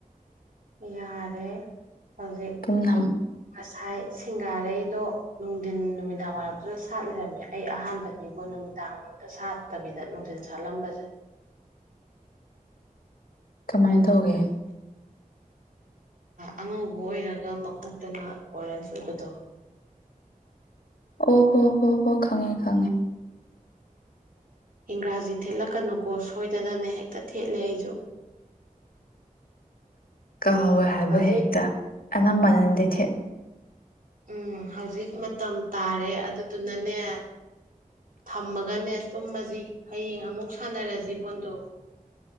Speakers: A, on the right; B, on the left.
A: ꯌꯥꯔꯦ ꯍꯧꯖꯤꯛ
B: ꯄꯨꯝꯅ
A: ꯉꯁꯥꯏ ꯁꯤꯡꯒꯥꯔꯩꯗꯣ ꯅꯨꯡꯊꯤꯟ ꯅꯨꯃꯤꯗꯥꯡ ꯋꯥꯏꯔꯝꯗꯨꯗ ꯁꯥꯠ ꯂꯩꯔꯝꯃꯦ ꯑꯩ ꯑꯍꯥꯟꯕꯅꯤꯕꯨ ꯅꯨꯃꯤꯗꯥꯡꯗ ꯁꯥꯠꯇꯕꯤꯗ ꯅꯨꯡꯊꯤꯟ ꯁꯥꯠꯂꯝꯕꯁꯦ
B: <inaudible> ꯀꯃꯥꯏꯅ ꯇꯧꯒꯦ
A: ꯑꯉꯧꯕ ꯑꯣꯏꯔꯒ ꯃꯈꯣꯛꯇꯅ ꯑꯣꯔꯦꯟꯖ ꯑꯣꯏꯕꯗꯣ
B: ꯑꯣ ꯍꯣ ꯍꯣ ꯍꯣ ꯈꯪꯉꯦ ꯈꯪꯉꯦ
A: ꯏꯪꯒ꯭ꯔꯥꯖꯤ ꯊꯦꯠꯂꯛꯀꯅꯨꯀꯣ ꯁꯣꯏꯗꯅꯅꯦ ꯍꯦꯛꯇ ꯊꯦꯠꯂꯦ ꯑꯩꯁꯨ
B: <unintelligible> ꯀꯥꯎꯋꯦ ꯍꯥꯏꯕ
A: ꯍꯧꯖꯤꯛ
B: ꯍꯦꯛꯇ ꯑꯅꯝꯕꯅꯗꯤ ꯊꯦ
A: ꯎꯝ ꯍꯧꯖꯤꯛ ꯃꯇꯝ ꯇꯥꯔꯦ ꯑꯗꯨꯗꯨꯅꯅꯦ ꯊꯝꯃꯒꯅꯦ ꯇꯨꯝꯃꯁꯤ ꯍꯌꯦꯡ ꯑꯃꯨꯛ ꯁꯥꯟꯅꯔ ꯖꯤꯕꯣꯟꯗꯣ